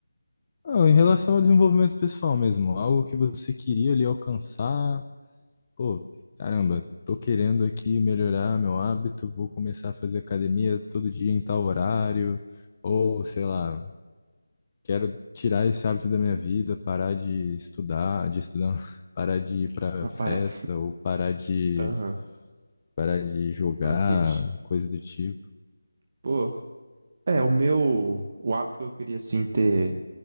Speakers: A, on the left; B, on the right.
A: Ah, em relação ao desenvolvimento pessoal mesmo, algo que você queria ali alcançar. Pô, caramba, tô querendo aqui melhorar meu hábito, vou começar a fazer academia todo dia em tal horário, ou sei lá, quero tirar esse hábito da minha vida, parar de estudar, de estudar, não, <laughs> parar de ir pra
B: <laughs>
A: festa,
B: para que...
A: ou parar de
B: Aham,
A: parar de jogar,
B: ah, entendi.
A: coisa do tipo.
B: Pô, é, o meu, o hábito que eu queria, assim, ter,